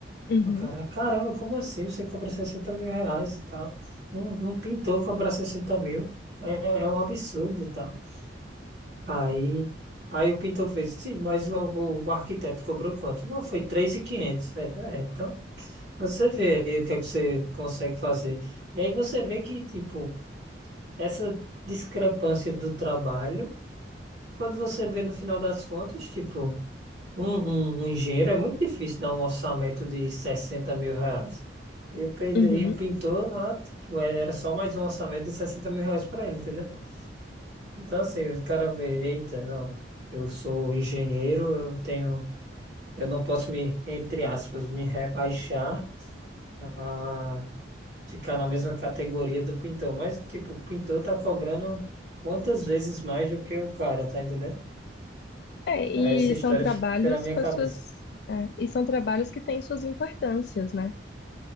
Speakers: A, on the left; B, on the right.
A: uhum,
B: O cara, caramba, como assim? Você cobra sessenta mil reais e tal. Um, um pintor cobrar 60 mil é, é um absurdo e tal. Aí, aí o pintor fez, sim, mas o, o- o arquiteto cobrou quanto? Não, foi 3.500. É, é, então, você vê aí o que é que você consegue fazer. E aí você vê que, tipo, essa discrepância do trabalho, quando você vê no final das contas, tipo. Um, um, um engenheiro é muito difícil dar um orçamento de sessenta mil reais. E o, pedre-
A: uhum.
B: e o pintor lá, tipo, é, era só mais um orçamento de sessenta mil reais para ele, entendeu? Então, assim, o cara vê, eita, não, eu sou engenheiro, eu tenho, eu não posso me, entre aspas, me rebaixar a ficar na mesma categoria do pintor. Mas, tipo, o pintor tá cobrando quantas vezes mais do que o cara, tá entendendo?
A: É, e
B: Aí essa história
A: são trabalhos
B: fica na minha
A: com
B: cabeça.
A: as suas, é, e são trabalhos que têm suas importâncias, né?